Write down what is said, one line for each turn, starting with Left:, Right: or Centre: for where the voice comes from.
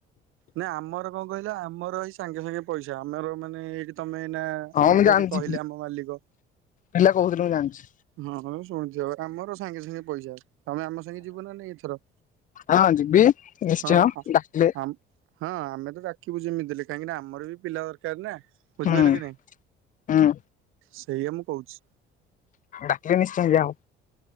Right: ନା ଆମର କଣ କହିଲା ଆମର ଏଇ ସାଙ୍ଗେ ସାଙ୍ଗେ ପଇସା ଆମର ମାନେ ହେଇକି ତମେ ଏଇନା
Left: ହଁ
Right: ଆମକୁ
Left: ମୁଁ ଜାଣିଛି
Right: ଏଇଠି କହିଲେ ଆମ ମାଲିକ।
Left: ପିଲା କହୁଥିଲେ ମୁଁ ଜାଣିଛି।
Right: ହଁ ହୋଉ ଶୁଣିଥୁବ। ଆମର ସାଙ୍ଗେ ସାଙ୍ଗେ ପଇସା ତମେ ଆମ ସାଙ୍ଗେ ଯିବ ନା ନାଇଁ ଏଥର।
Left: ହଁ ଯିିବି ନିଶ୍ଚୟ
Right: ହଁ
Left: ଡାକିଲେ।
Right: ଆମ ହଁ ଆମେ ତ ଯାକିବୁ ଯେମିତି ଦେଲେ। କାହିଁକିନା ଆମର ବି ପିଲା ଦରକାର ନା। ବୁଝିପାରିଲ
Left: ହୁଁ
Right: କି ନାଇଁ?
Left: ହୁଁ।
Right: ସେଇଆ ମୁଁ କହୁଛି।
Left: ଡାକିଲେ ନିଶ୍ଚୟ ଯିବା ଆଉ।